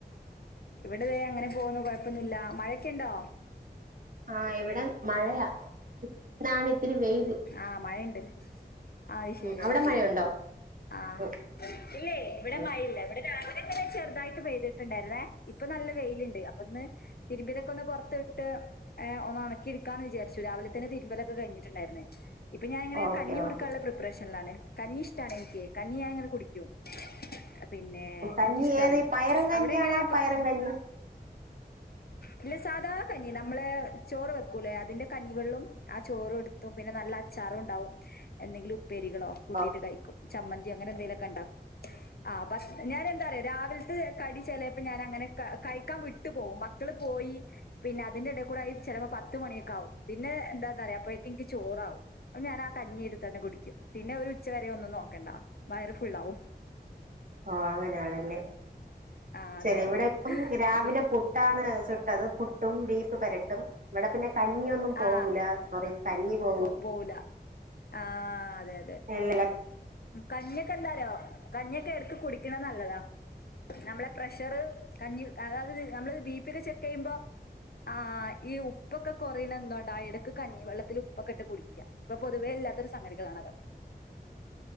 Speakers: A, on the left; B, on the right.
A: ഇവിടിതേയങ്ങനെ പോകുന്നു കൊഴപ്പൊന്നില്ല മഴയൊക്കെ ഉണ്ടോ
B: ആഹ് ഇവിടെം മഴയാ റാണിത്തിരി വെയിൽ
A: ആ മഴണ്ട് അഹ് ശരി
B: ഉം അവിടെ
A: അഹ്‌ശരി
B: മഴയുണ്ടോ
A: ആ
B: ഉം
A: ഇല്ലേ ഇവിടെ
B: ഉം
A: മഴയില്ല ഇവിടെ രാവി ചെറുതായിട്ട് പെയ്തിട്ടുണ്ടായിരുന്നേ ഇപ്പൊ നല്ല വെയില് അപ്പന്ന് തിരുമ്പിയതൊക്ക ഒന്ന് പുറത്ത് ട്ട് എ ഒന്ന് ഒണക്കിട്ക്കാന്ന് വിചാരിച്ചു രാവിലെ തന്നെ തിരുമ്പലൊക്കെ കഴിഞ്ഞിട്ടുണ്ടായിരുന്നേ ഇപ്പൊ ഞാനിങ്ങനെ
B: ഓക്കെ
A: കഞ്ഞി കുടിക്കാന്ള്ള
B: ഓക്കെ
A: പ്രിപ്പറേഷനിലാണെ കഞ്ഞിഷ്ടാണെനിക്ക് കഞ്ഞി ഞാനങ്ങനെ കുടിക്കും പിന്നെ
B: കഞ്ഞി
A: എനിക്കിഷ്ടാണ്
B: ഏത് പയറും കഞ്ഞ്യാണോ
A: അവിടെ എങ്ങനെ
B: പയറും കഞ്ഞി
A: ഇല്ല സാധാ കഞ്ഞി നമ്മളെ ചോറ് വെക്കൂല്ലേ അതിന്റെ കഞ്ഞിവെള്ളം ആ ചോറും ഇടുത്തും പിന്നെ നല്ല അച്ചാറുണ്ടാവും എന്തെങ്കിലും പ്പേരികളോ കൂട്ടിട്ട്
B: ഓ
A: കഴിക്കും ചമ്മന്തിയോ അങ്ങനെ എന്തേലൊക്കെ ഉണ്ടാക്കും ആ പക്ഷെ ഞാനന്താറയൊ രാവിൽത്തെ കടി ചെലേപ്പംഞാനങ്ങനെ ക കഴിക്കാൻ വിട്ടു പോവും മക്കള് പോയി പിന്നതിന്റെടേക്കൂടായി ചെലപ്പോ പത്ത് മണിയൊക്കാവും പിന്നെന്താ ന്നാറയൊ അപ്പോഴേക്കു ഇൻക്ക് ചോറാവും അപ്പൊ ഞാൻ ആ കഞ്ഞി എടുത്ത തന്നെ കുടിക്കും പിന്നെ ഒരു ഉച്ച വരെ ഒന്നും നോക്കണ്ട വയറ് ഫുള്ളാവും
B: ഓ അങ്ങനെയാണല്ലേ
A: ആ
B: ശരി
A: അതെ
B: ഇവിടെ
A: അതെ
B: ഇപ്പം രാവിലെ
A: പി
B: പുട്ടാണ് ചു ട്ടത് പുട്ടും ബീഫുവരട്ടും ഇവടെ പിന്നെ കഞ്ഞിയൊന്നും പോരൂല
A: ആ
B: സോറി കഞ്ഞി പോവൂ
A: പോ പോവൂല ആഹ് അതെ അതെ
B: വെള്ള
A: ഉം കഞ്ഞിക്കെന്തറയോ കഞ്ഞിക്കെ എട്ക്ക് കുടിക്കണെ നല്ലതാ നമ്മളെ പ്രഷറ് കഞ്ഞിക്കഅതാത് നമ്മള് ബീപ്പിഒക്കെ ചെക്ക് ചെയ്യുമ്പോ ആ ഈ ഉപ്പൊക്കെ കൊറയ്ണന്തോണ്ട ആ ഇടക്ക് കഞ്ഞിവെള്ളത്തിൽ ഉപ്പൊക്കെ ഇട്ട് കുടിക്ക ഇപ്പൊ പൊതുവേ ല്ലാത്തൊരു സംഗതികളാണ് അതൊക്കെ